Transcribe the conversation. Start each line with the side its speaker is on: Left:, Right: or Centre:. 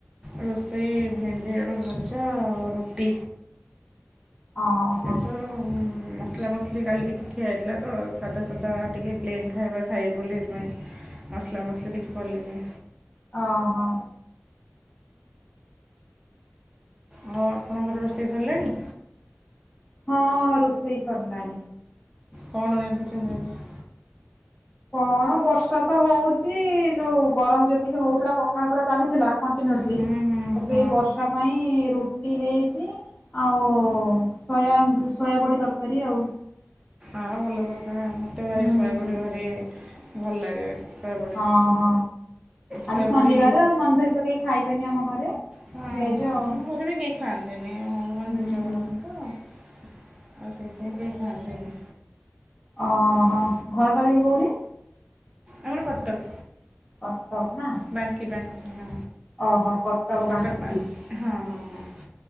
Right: ରୋଷେଇ ଭେଣ୍ଡି ଆଳୁ ଭଜା ଆଉ ରୁଟି।
Left: ଓହୋ
Right: ଏତ ମସଲା ମସ୍ କାଲି ଟିକେ ଖିଆ ହେଇଥିଲା ତ, ସାଧା ସାଧା ଟିକେ ପ୍ଲେନ୍ ଖାଇବା ଖାଇ ବୋଲିପାଇଁ। ମସଲା ମସଲି କିଛି କଲିନି।
Left: ଅ ହଁ।
Right: ଆଉ ଆପଣଙ୍କର ରୋଷେଇ ସରିଲାଣି?
Left: ହଁ, ରୋଷେଇ ସରିଲାଣି।
Right: କଣ ରାନ୍ଧିଛନ୍ତି ଆଜି?
Left: କଣ ବର୍ଷା ତ ହଉଛି, ଯୋଉ ଗରମ ଯେତିକି ହଉଥିଲା ପଖାଳ ପୁରା ଚାଲିଥିଲା। କଣ୍ଟିନ୍ୟୁସଲି,
Right: ହୁଁ
Left: ଏବେ
Right: ହଁ
Left: ବର୍ଷା ପାଇଁ ରୁ ଟି ହେଇଛି, ଆଉ ସୟାନ୍ ସୋୟାବଡ଼ି ତରକାରୀ ଆଉ।
Right: ଆଁ, ଭଲ କଥା। ମୋତେ ଭାରି
Left: ହୁଁ
Right: ସୋୟାବଡ଼ି
Left: ହୁଁ
Right: ଭାରି ଭଲ ଲାଗେ। ସୋୟାବଡ଼ି
Left: ହଁ, ହଁ
Right: ସୋୟାବଡ଼ି
Left: ଆଜି ଶନିବାର, ନନଭେଜ୍ ତ କେହି ଖାଇବେନି ଆମ ଘରେ।
Right: ହଁ
Left: ଭେଜ
Right: ହଁ
Left: ଆଉ
Right: ଆମ ଘରେ ବି କେହି ଖାଆନ୍ତିନି ହନୁମାନ
Left: ହୁଁ
Right: ପୂଜା
Left: ହୁଁ
Right: କରନ୍ତି ତ। ଆଉ ସେଇଥିପାଇଁ କେହି ଖାଆନ୍ତିନି।
Left: ଅଁ ହଁ
Right: ଆଉ
Left: ଘରଟା ଦିଦି କୋଉଠି?
Right: ଆମର କଟକ୍।
Left: କଟକ୍ ନା?
Right: ବାଙ୍କି-ବାଙ୍କି ହଁ,
Left: ଓହୋ କଟକ
Right: କଟକ୍
Left: ବାଙ୍କି
Right: ବାଙ୍କ୍ ହଁ-ହଁ-ହଁ।